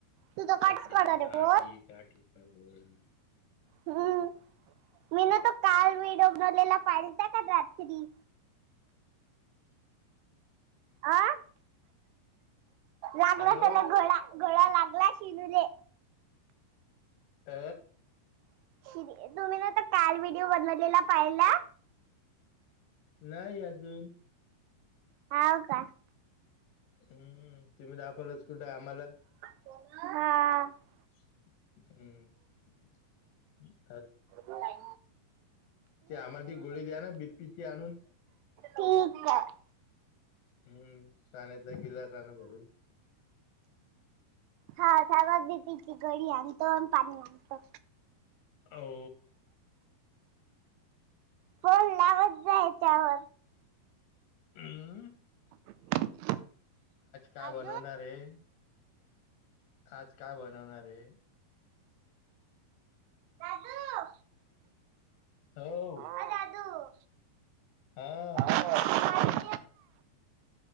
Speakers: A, on the right; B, on the left.
A: तू तो कटच
B: लकडी
A: करणार
B: की
A: आहे
B: काठी,
A: फोन
B: काठी पे घोडा.
A: हम्म मीन तर काल व्हिडीओ बनवलेला. आलता काय रात्री. आ. लागला
B: हॅलो
A: त्याला गळा गळा लाग गला शिजूले.
B: आ.
A: <inaudible> ना कार व्हिडिओ बनवलेला पाहिला.
B: नाही अजून.
A: हवं का.
B: हम्म हम्म तुम्ही दाखवलच कुठये आम्हाला
A: हा
B: हम्म
A: नाही
B: ते आम्हाला ती गोळी द्या ना बीपीची आणून
A: ठीक आहे
B: हम्म साण्याचा किला झाला भरून
A: हा चालल की घडी आणतो पाणी आणतो.
B: हो.
A: फोन लावत जा याच्यावर
B: हम्म
A: <unintelligible>
B: काय
A: आज
B: बनवणार आहे आज काय बनवणार आहे.
A: दादू
B: हॅलो
A: अ दादू
B: हा
A: पाणी